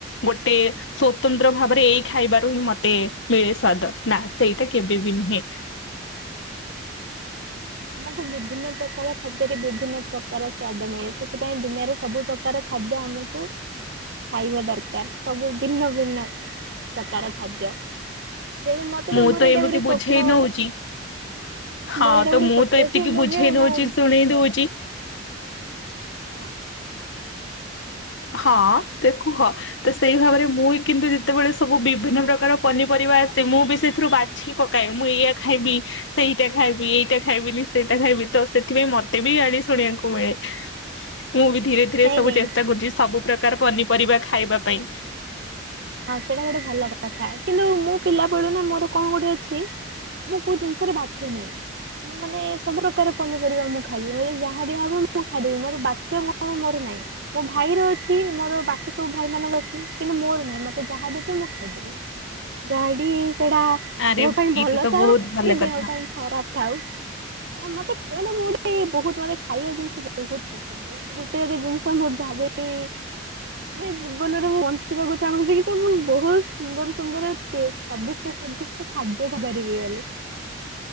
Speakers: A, on the left (about 70°); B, on the right (about 60°).
A: ଗୋଟେ ସ୍ଵତନ୍ତ୍ର ଭାବରେ ଏଇ ଖାଇବାରୁ ହିଁ ମତେ ମିଳେ ସ୍ଵାଦ ନା ସେଇଟା କେବେ ବି ନୁହେଁ।
B: <inaudible> ଆମକୁ ବିଭିନ୍ନ ପ୍ରକାର ଖାଦ୍ୟରେ ବିଭିନ୍ନ ପ୍ରକାର ସ୍ଵାଦ ମିଳେ। ସେଥିପାଇଁ ଦୁନିଆରେ ସବୁ ପ୍ରକାର ଖାଦ ଏବେ ଆମକୁ ଖାଇବା ଦରକାର। ସବୁ ଭିନ୍ନ ଭିନ୍ନ ପ୍ରକାର ଖାଦ୍ୟ। ତେଣୁ ମତେ
A: ମୁଁ
B: ମୋର
A: ତ
B: ଏଇଟା
A: ଏମିତି
B: ଗୋଟେ
A: ବୁଝେଇ
B: ସ୍ୱପ୍ନ
A: ନଉଛି। ହଁ
B: ମୋର ଏଇଟା
A: -ତ-
B: ଗୋଟେ
A: ମୁଁ-
B: ସ୍ୱପ୍ନ
A: ତ- ଟିକେ
B: ଯେ ମୁଁ
A: ବୁଝେଇ
B: ଯେ ମୁଁ
A: ନଉଛି ଶୁଣେଇ ଦଉଛି
B: ହଁ
A: ହଁ ତେକୁହ ସେଇ ଭାବରେ ମୁଁ କିନ୍ତୁ ଯେତେବେଳେ ସବୁ ବିଭିନ୍ନ ପ୍ରକାର ପନିପରିବା <unintelligible> ମୁଁ ବି ସେଥିରୁ ବାଛି ପକାଏ ମୁଁ ଏଇଆ ଖାଇବି ସେଇଟା ଖାଇବି ଏଇଟା ଖାଇବିନି ସେଇଟା ଖାଇବି ତ ସେଥିପାଇଁ ମତେ ବି ଗାଳି ଶୁଣିବାକୁ ମିଳେ।
B: <inaudible>
A: ମୁଁ ବି ଧୀରେ ଧୀରେ
B: ନାଇଁ
A: ସବୁ
B: ନାଇଁ
A: ଚେଷ୍ଟା କରୁଛି ସବୁ ପ୍ରକାର ପନିପରିବା ଖାଇବା ପାଇଁ।
B: ହଁ ସେଇଟା ଗୋଟେ ଭଲ କଥା। କିନ୍ତୁ ମୁଁ ପିଲା ବେଳୁ ନା ମୋର କଣ ଗୋଟେ ଅଛି ମୁଁ କୋଉ ଜିନିଷରେ ବାଛେନି। ମୁଁ ମାନେ ସବୁ ପ୍ରକାର ପନିପରିବା ମୁଁ ଖାଇଲିି। ଯାହା ଦିଆ ହବ ମୁଁ ଖାଇଦେବି। ମୋର ବାଛ ମୋ- ମୋର ନାଇ ମୋ ଭାଇ ର ଅଛି। ମୋର ବାକି ସବୁ ଭାଇ ମାନଙ୍କ ଅଛି। କିନ୍ତୁ ମୋର ନାହିଁ ମତେ ଯାହା ଦେବେ ମୁଁ ଖାଇଦେବି। ଡାଡି ସେଇଟା
A: ଆରେ
B: ଦେହ
A: ଏଇଟା
B: ପାଇଁ ଭଲ
A: ତ
B: ଥାଉ
A: ବହୁତ ଭଲ
B: କି ଦେହ
A: କଥା
B: ପାଇଁ ଖରାପ ଥାଉ ମତେ କେ ମାନେ ମୁଁ ଗୋଟେ ବହୁତ ମାନେ ଖାଇବା ଜିନିଷ ବହୁତ ପସନ୍ଦ ଏ ଗୋଟେ ଯଦି ଜିନିଷ ମୁଁ ଭାବେ ଏ ଏ ଜୀବନରେ ମୁଁ ବଞ୍ଚିବାକୁ ଚାହୁଁଚିକି ମୁଁ ବହୁତ ସୁନ୍ଦର ସୁନ୍ଦର ଟେ ସ୍ଵାଦିଷ୍ଟ ସ୍ଵାଦିଷ୍ଟ ଖାଦ୍ୟକୁ ପରିବି ବୋଲି